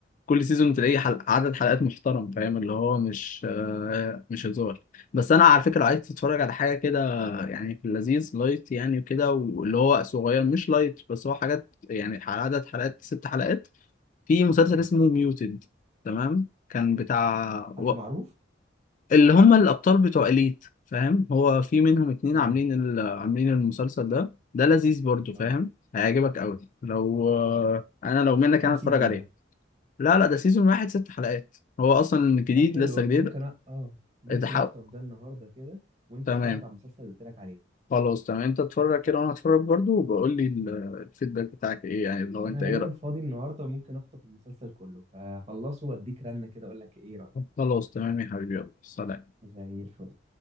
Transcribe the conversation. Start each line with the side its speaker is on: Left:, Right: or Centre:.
Left: كل سيزون تلاقيه
Right: اه
Left: حل... عدد حلقات محترم فاهم اللي هو مش آه، مش هزار بس انا على فكره لو عايز تتفرج على حاجه كده يعني في اللذيذ لايت يعني وكده واللي هو صغير مش لايت بس هو حاجات يعني الحلقة- عدد حلقات ست حلقات في مسلسل
Right: اه
Left: اسمه ميوتد تمام كان بتاع
Right: حد معروف
Left: اللي هم الابطال بتوع اليت فاهم هو في منهم اتنين
Right: تمام
Left: عاملين ال- عاملين المسلسل ده ده لذيذ برضو فاهم
Right: اه
Left: هيعجبك قوي لو انا لو منك
Right: كام
Left: انا اتفرج
Right: سيزون
Left: عليه
Right: ده
Left: لا لا ده سيزون واحد ست حلقات هو اصلا جديد
Right: طب حلو
Left: لسه
Right: انا
Left: جديد
Right: ممكن أ... اه ممكن
Left: اتحقق
Right: اخطف ده النهارده كده وانت
Left: تمام
Right: اتفرج على المسلسل اللي قلت لك عليه
Left: خلاص تمام انت اتفرج كده وانا اتفرج برضو وبقول لي ال- الفيدباك بتاعك ايه يعني اللي هو انت
Right: انا
Left: ايه
Right: غالبا
Left: رأيك
Right: فاضي النهارده ممكن اخطف المسلسل كله هخلصه واديك رنه كده اقول لك ايه رايك
Left: خلاص تمام يا حبيبي يلا سلام
Right: زي الفل